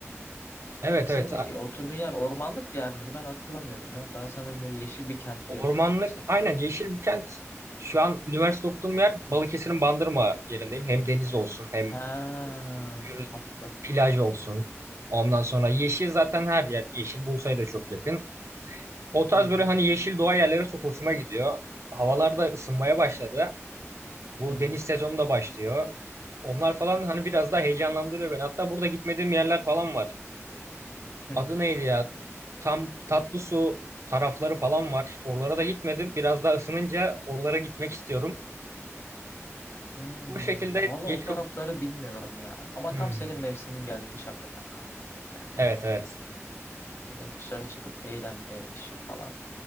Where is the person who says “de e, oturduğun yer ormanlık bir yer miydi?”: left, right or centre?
Left